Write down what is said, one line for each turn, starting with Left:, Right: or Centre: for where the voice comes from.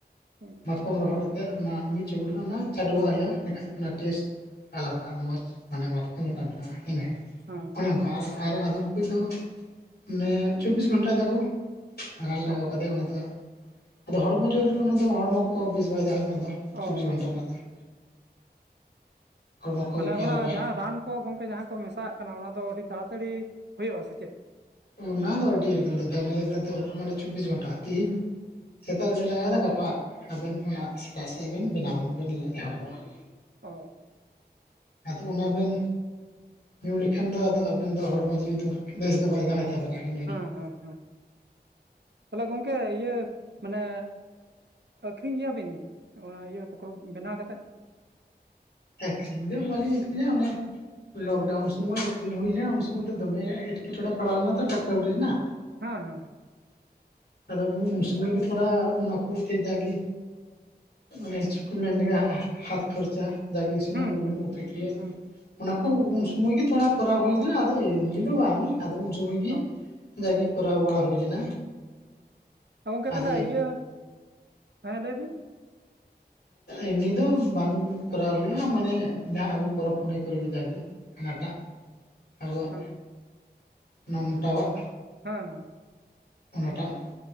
Right: ᱚ
Left: ᱢᱟᱛᱠ ᱠᱚᱢ ᱨᱚᱦᱚᱲ ᱟᱛᱮ ᱚᱱᱟ ᱢᱤᱫ ᱪᱩᱯᱩᱫ ᱜᱟᱱ ᱚᱱᱟ ᱪᱟᱰᱳᱣᱟᱜ ᱦᱩᱭᱩᱜᱼᱟ ᱤᱸᱰᱮᱠᱷᱟᱡ ᱚᱱᱟ ᱴᱮᱥᱴ ᱟᱞᱟᱫᱟ ᱢᱚᱸᱡᱽ ᱢᱟᱱᱮ ᱢᱟᱛᱠᱚᱢ ᱨᱮᱱᱟᱜ ᱵᱮᱱᱟᱜᱼᱟ ᱤᱱᱟᱹ ᱾
Right: ᱦᱮᱸ
Left: ᱚᱱᱮ ᱚᱱᱠᱟ ᱟᱨᱟᱜ ᱟᱨ ᱟᱫᱚᱢ ᱠᱩᱡ ᱫᱚ ᱢᱟᱱᱮ ᱪᱚᱵᱽᱵᱤᱥ ᱜᱷᱚᱱᱴᱟᱭ ᱫᱟᱠᱚ ᱾ ᱨᱟᱱ ᱞᱟᱜᱟᱣ
Right: ᱚ
Left: ᱠᱟᱛᱮᱫ ᱚᱱᱟ ᱫᱚ ᱟᱫᱚ ᱦᱚᱲᱢᱚ ᱡᱳᱨ ᱨᱮᱫᱚ ᱚᱱᱟ ᱫᱚ ᱦᱚᱲᱢᱚ ᱠᱚ ᱵᱮᱥ ᱵᱟᱭ ᱛᱟᱦᱮᱸ ᱚᱱᱟ ᱫᱚ ᱾
Right: ᱚ
Left: ᱪᱚᱵᱵᱤᱥ
Right: ᱚ
Left: ᱜᱷᱚᱱᱴᱟ ᱨᱮᱱᱟᱜ ᱫᱚ ᱾ ᱦᱚᱲᱢᱚ ᱠᱚᱭ
Right: ᱢᱟᱱᱮ
Left: ᱠᱷᱟᱨᱟᱯᱟᱭ
Right: ᱚᱱᱟ ᱡᱟᱦᱟᱸ ᱨᱟᱱ ᱠᱚ ᱜᱚᱝᱠᱮ ᱡᱟᱦᱟᱸ ᱠᱚ ᱢᱮᱥᱟᱣᱟᱜ ᱠᱟᱱᱟ ᱚᱱᱟ ᱫᱚ ᱟᱹᱰᱤ ᱛᱟᱲᱟᱛᱟᱹᱲᱤ ᱦᱩᱭᱩᱜᱼᱟ ᱥᱮ ᱪᱮᱫ?
Left: ᱚᱱᱟ ᱫᱚ ᱟᱹᱰᱤ ᱮᱠᱫᱚᱢ ᱫᱚᱢᱮ ᱮᱠᱫᱚᱢ ᱢᱟᱱᱮ ᱪᱚᱵᱽᱵᱤᱥ ᱜᱷᱚᱱᱴᱟ, ᱛᱮᱸᱦᱮᱧ ᱥᱮᱛᱟᱜ ᱨᱮᱵᱮᱱ ᱞᱟᱜᱟᱣ ᱠᱮᱫᱟ ᱜᱟᱯᱟ ᱟᱵᱮᱱ ᱚᱱᱟ ᱥᱮᱛᱟᱜ ᱥᱮᱫ ᱵᱮᱱ ᱵᱮᱱᱟᱣ ᱵᱮᱱ ᱮᱦᱚᱵᱚᱜᱼᱟ ᱾
Right: ᱚ ᱾
Left: ᱟᱫᱚ ᱚᱱᱟ ᱵᱮᱱ ᱧᱩ ᱞᱮᱠᱷᱟᱱ ᱫᱚ ᱟᱫᱚ ᱟᱵᱮᱱ ᱫᱚ ᱦᱚᱲᱢᱚ ᱡᱤᱣᱤ ᱫᱚ ᱵᱮᱥ ᱫᱚ ᱵᱟᱭ ᱫᱚᱦᱚᱭ ᱛᱟᱵᱮᱱᱟ ᱤᱱᱟᱹ ᱜᱤ ᱾
Right: ᱦᱮᱸ ᱦᱮᱸ ᱾ ᱛᱟᱦᱞᱮ ᱜᱚᱝᱠᱮ ᱤᱭᱟᱹ ᱢᱟᱱᱮ ᱟᱹᱠᱷᱨᱤᱧ ᱜᱮᱭᱟᱵᱤᱱ ᱚᱱᱟ ᱤᱭᱟᱹ ᱯᱚᱠᱷᱨᱚ ᱵᱮᱱᱟᱣ ᱠᱟᱛᱮᱫ?
Left: ᱮᱠᱷᱨᱤᱧ ᱫᱚ ᱵᱟᱞᱤᱧ ᱮᱠᱷᱟᱨᱤᱧ ᱚᱱᱟᱮ᱾ ᱞᱚᱠᱰᱟᱣᱩᱱ ᱥᱩᱚᱢᱚᱭ ᱟᱠᱷᱨᱤᱧ ᱦᱩᱭ ᱞᱮᱱᱟ, ᱩᱱ ᱥᱚᱢᱚᱭ ᱫᱚ ᱫᱚᱢᱮ ᱮᱴᱠᱮᱴᱚᱬᱮ ᱯᱟᱲᱟᱣ ᱞᱮᱱᱟ ᱛᱚ ᱴᱟ ᱠᱟᱹᱣᱰᱤ ᱨᱮᱱᱟᱜ᱾
Right: ᱦᱮᱸ ᱦᱮᱸ
Left: ᱟᱫᱚ ᱩᱱ ᱥᱳᱢᱟᱹᱭ ᱜᱮ ᱛᱷᱚᱲᱟ ᱚᱱ ᱚᱠᱚᱱᱛᱮ ᱡᱟᱜᱮ᱾ ᱟᱱᱮᱡᱷᱩ ᱠᱚ ᱢᱮᱱ ᱞᱮᱠᱟ ᱦᱟᱛ ᱠᱷᱚᱨᱪᱟ ᱡᱟᱜᱮ ᱥᱩᱱᱩᱢ
Right: ᱦᱩᱸ
Left: ᱵᱩᱞᱩᱝ
Right: ᱦᱩᱸ
Left: ᱩᱛᱩ ᱛᱮ
Right: ᱦᱩᱸ
Left: ᱠᱚ ᱚᱱᱟ᱾ ᱩᱱ ᱥᱚᱢᱚᱭ ᱜᱮ ᱛᱷᱚᱲᱟ ᱠᱚᱨᱟᱣ ᱦᱩᱭ ᱞᱮᱱᱟ, ᱟᱫᱚ ᱮᱢᱱᱤ ᱫᱚ ᱵᱟᱝ ᱟᱫᱚ ᱩᱱ ᱥᱚᱢᱚᱭ ᱜᱮ᱾
Right: ᱦᱩᱸ
Left: ᱡᱟᱜᱮ ᱠᱚᱨᱟᱣ ᱵᱟᱲᱟ ᱦᱩᱭ ᱞᱮᱱᱟ᱾
Right: ᱚ ᱜᱚᱝᱠᱮ ᱛᱟᱦᱚᱞᱮ
Left: ᱟᱫᱚ
Right: ᱤᱭᱟᱹ ᱦᱮᱸ ᱞᱟᱹᱭ ᱵᱤᱱ᱾
Left: ᱮᱢᱱᱤ ᱫᱚ ᱵᱟᱝ ᱠᱚᱨᱟᱣ ᱦᱩᱭᱩᱜᱼᱟ ᱢᱟᱱᱮ ᱡᱟᱸᱦᱟ ᱟᱵᱚ ᱯᱚᱨᱚᱵᱽ ᱯᱩᱱᱟᱹᱭ ᱠᱚᱨᱮ ᱡᱟᱜᱮ᱾ ᱦᱟᱱᱟᱴᱟᱜ
Right: ᱚ,
Left: ᱟᱵᱚᱣᱟᱜ
Right: ᱦᱮᱸ
Left: ᱢᱚᱴᱟᱣᱟᱜ᱾
Right: ᱦᱮᱸ ᱦᱮᱸ
Left: ᱚᱱᱟᱴᱟᱜ